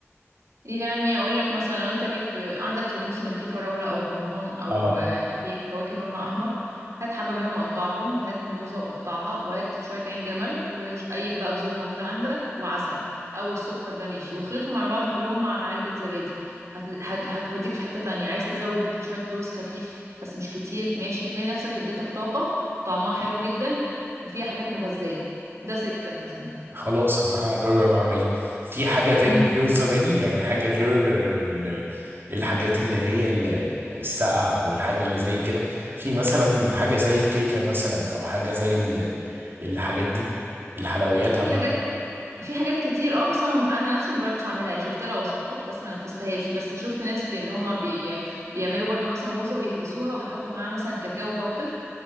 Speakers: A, on the right; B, on the right.
A: يعني اقول لك مثلا لو انت جبت عندك في الموسم اللي فيه فراوله او رمان او
B: اه
A: آه، اي فواكه لونها احمر هات حبه منهم وقطعهم وهات موزه وقطعها وهات شويه عين جمل واي بقى بذور موجود عندك وعسل او السكر ده ماشي واخلطهم على بعض كلهم مع علبه زبادي هت... هت... هتوديك في حته تانية عايز تزود شويه لوز خفيف بس مش كتير ماشي هتلاقي نفسك اديتك طاقه وطعمها حلو جدا وفيها حاجات مغذيه ده سكه مثلا
B: خلاص انا هجرب اعملها في حاجه تاني
A: مم.
B: غير الزبادي يعني حاجه غير آه، ال- الحاجات اللي هي ال- الساقعه او الحاجه اللي زي كده في مثلا حاجه زي الكيكه مثلا او حاجه زي ال- الحاجات دي الحلويات عامه
A: في حاجات في حاجات كتير اه بس انا انا نفسي مجربتش اعملها يعني شفت لها وصفات بس ما نفذتهاش بس شفت ناس بي اللي هم بي بيعملوا برضو مثلا موزه ويهرسوها ويحطوا معاها مثلا كاكاو باودر